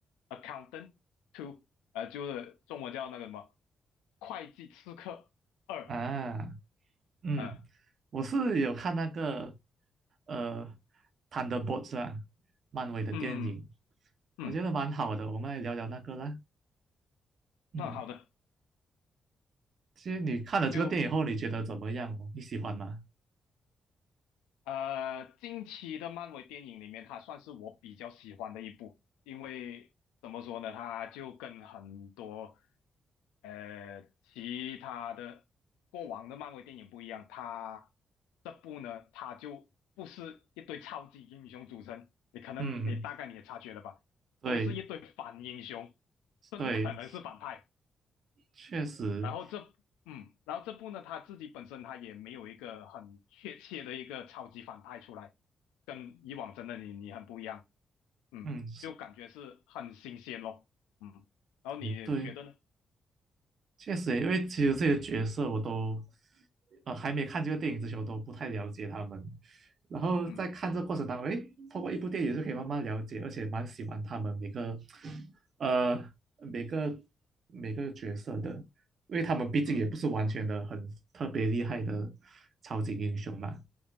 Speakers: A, on the left; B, on the right.
A: Accountant Two，呃，就是中文叫那个什么会计刺客二，
B: 啊，嗯，
A: 嗯
B: 我是有看那个呃《Thunderbolts》啊，漫威的电影，
A: 嗯嗯，
B: 我觉得蛮好的，我们来聊聊那个啦。嗯，
A: 那、好的，
B: 其实你看了这个电影后，
A: 就
B: 你觉得怎么样哦你喜欢吗？
A: 呃，近期的漫威电影里面，它算是我比较喜欢的一部，因为怎么说呢，它就跟很多呃其他的过往的漫威电影不一样，它这部呢，它就不是一堆超级英雄组成，你可能你大概你也察觉了吧，
B: 嗯，对
A: 都是一堆反英雄，甚至可能是反派。
B: 对，确实，
A: 然后这嗯，然后这部呢，他自己本身他也没有一个很确切的一个超级反派出来，跟以往真的你你很不一样，嗯，
B: 嗯，
A: 就感觉是很新鲜咯，嗯，然后你觉得呢？
B: 也对。确实，因为其实这些角色我都，呃，还没看这个电影之前，我都不太了解他们。然后在看这个过程当中，
A: 嗯
B: 诶，透过一部电影就可以慢慢了解，而且蛮喜欢他们每个，呃，每个每个角色的，因为他们毕竟也不是完全的很特别厉害的
A: 嗯，
B: 超级英雄嘛，